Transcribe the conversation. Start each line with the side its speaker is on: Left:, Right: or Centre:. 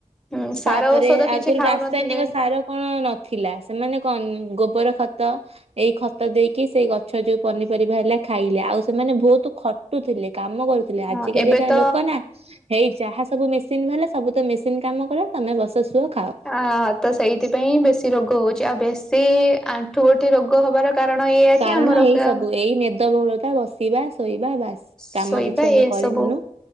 Centre: ହୁଁ ସାର
Right: ତାପରେ
Centre: ଔଷଧ କିଛି
Right: ଆଗରୁ
Centre: ଖାଉନଥିଲେ
Right: ରାସାୟନିକ ସାର କଣ ନଥିଲା ସେମାନେ କଣ ଗୋବର ଖ ଖତ ଏଇ ଖତ ଦେଇକି ସେଇ ଗଛ ଗଛ ଯୋଉ ପନିପରିବା ହେଲା ଖାଇଲେ ଆଉ ସେମାନେ ବହୁତ ଟୁଥିଲେ କାମ କରୁଥିଲେ
Centre: ହଁ
Right: ଆଜି କାଲିକା
Centre: ଏବେ ତ
Right: ଲୋକ ନା ହେଇ ଯାହା ସବୁ ମେସିନ୍ ବାଲା ସବୁ ତ ମେସିନ୍ କାମ କରେ ତମେ ବସ ଶୁଅ ଖାଅ
Centre: ଅ ତ ସେଇଥିପାଇଁ ବେଶୀ ରୋଗ ହଉଛି ଆଉ ବେଶୀ ବେଶୀ ଆଣ୍ଠୁ ଗଣ୍ଠି ରୋଗ ହବାର କାରଣ ଏଇଆ
Right: କାରଣ
Centre: କି ଆମର
Right: ଏଇ ସବୁ ଏଇ ମେଦବହୁଳତା ବସି <inaudible> ବାସ୍
Centre: ଶୋଇବା
Right: କାମ କିଛି ଆମେ
Centre: ଏ
Right: କରିମୁନୁ
Centre: ସବୁ